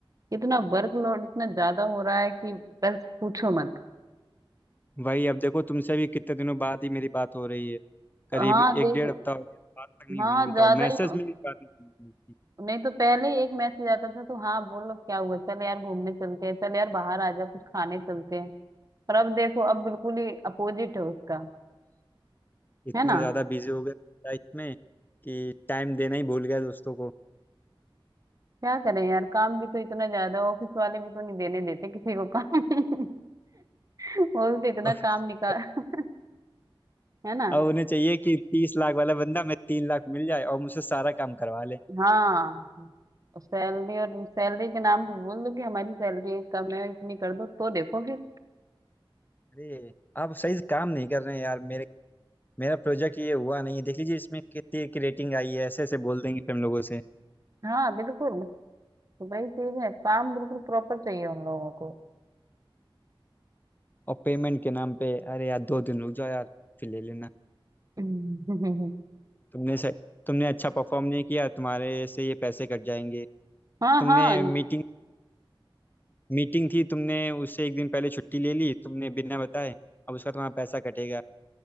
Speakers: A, on the right; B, on the left.
A: इतना वर्कलोड इतना ज्यादा हो रहा है कि बस पूछो मत
B: वही अब देखो तुमसे भी कितने दिनों बाद ही मेरी बात हो रही है करीब
A: हाँ
B: एक
A: देख
B: डेढ़ हफ्ता हो गया बात तक नहीं
A: हाँ
B: हुई बताओ
A: ज्यादा
B: मैसेज
A: ही हो-
B: में भी बात नहीं हुई थी।
A: नहीं तो पहले एक मैसेज आता था तो हाँ बोलो क्या हुआ चल यार घूमने चलते हैं चल यार बाहर आ जा कुछ खाने चलते हैं पर अब देखो अब बिल्कुल ही अपोजिट है उसका
B: इतना
A: है ना
B: ज़्यादा बिजी हो गया लाइफ में कि टाइम देना ही भूल गया दोस्तों को
A: क्या करें यार काम भी तो इतना ज्यादा ऑफिस वाले भी तो नहीं देने देते किसी को काम <laughs> वो भी तो इतना
B: <laughs>
A: काम निकाल
B: और
A: है ना
B: अब उन्हें चाहिए कि तीस लाख वाला बंदा मैं तीन लाख मिल जाए और मुझसे सारा काम करवा ले
A: हाँ सैलरी और सैलरी के नाम पे बोल दो कि हमारी सैलरी कम है इतनी कर दो तो देखो फिर
B: अरे आप सही से काम नहीं कर रहे हैं यार मेरे मेरा प्रोजेक्ट ये हुआ नहीं है देख लीजिए इसमें कितनी की रेटिंग आई है ऐसे ऐसे बोल देंगे फिर हम लोगों से
A: हाँ बिल्कुल तो वही चीज है काम बिल्कुल प्रॉपर चाहिए उन लोगों को
B: और पेमेंट के नाम पे अरे यार दो दिन रुक जाओ यार फिर ले लेना
A: हम्म, <laughs>
B: तुमने सही तुमने अच्छा परफॉर्म नहीं किया तुम्हारे से ये पैसे कट जाएंगे
A: हाँ
B: तुमने
A: हाँ
B: मीटिंग मीटिंग थी तुमने उससे एक दिन पहले छुट्टी ले ली तुमने बिना बताए अब उसका तुम्हारा पैसा कटेगा